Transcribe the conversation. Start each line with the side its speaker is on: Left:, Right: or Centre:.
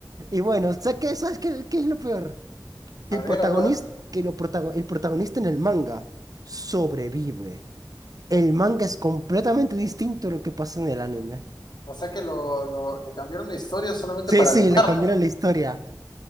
Right: Y bueno, ¿sabes qué, ¿Sabes qué, qué es lo peor? Que
Left: A
Right: el
Left: ver,
Right: protagonista,
Left: a ver, a ver.
Right: que lo protago- el protagonista en el manga sobrevive. El manga es completamente distinto a lo que pasa en el anime.
Left: O sea que lo, lo- le cambiaron la historia solamente
Right: Sí,
Left: para
Right: sí,
Left: animarlo.
Right: le cambiaron la historia.